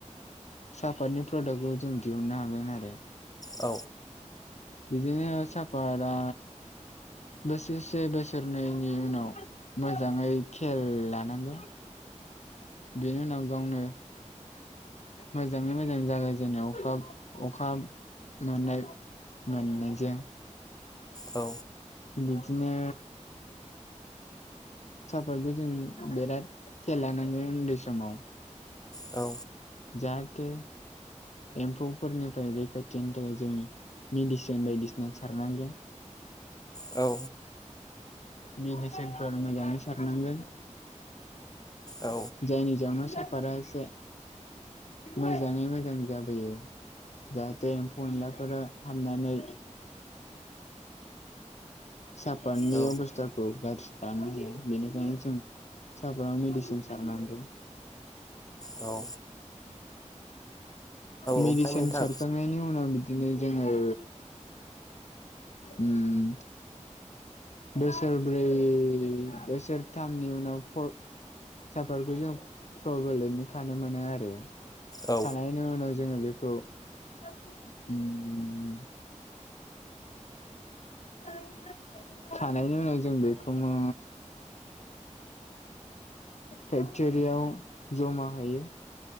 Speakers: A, on the left (about 60°); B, on the left (about 30°).
A: सापाटनि प्रडाकखौ जों दिहुननो हागोन आरो।
B: औ
A: बिदिनो साफाद आ बोसोरसे बोसोरनैनि उनाव मोजाङै खेल लानांगोन। बेनि उनाव गावनो मोजाङै मोजां जागोन जेने अखा अखा मोननाय मोननायजों
B: औ
A: बिदिनो साफादखौ जों बिराद खेल लानाङो उन्दै समाव।
B: औ
A: जाहाथे एम्फौफोरनिफ्राय रैखाथिनि थाखाय जों मेडिसिन बायदिसिना सारनांगो।
B: औ
A: मेडिसिनफोर मोजाङै सारनांगोन।
B: औ
A: जायनि जाउनाव सापारा एसे मोजाङै मोजां जाबोयो। जाहाथे एम्फौ एनलाफोरा हामनानै सापारनि
B: औ
A: अब'स्थाखौ गाज्रि खालामनो हाया बेनिखायनो जों सापादाव मेडिसिन सारनांगौ।
B: औ
A: मिडिसिन
B: ओमफ्राय नोंथां
A: सारखांनायनि उनाव बिदि दिनो जोङो उम बोसोरब्रै बोसोरथामनि उनाव फर साफारखौ जों प्रबेलैनो खानो मोनो आरो।
B: औ
A: थानायनि उनाव जोङो बेखौ <inaudible> उम <inaudible> खानायनि उनाव जों बेखौ ओ फेक्थोरियाव जमा हैयो।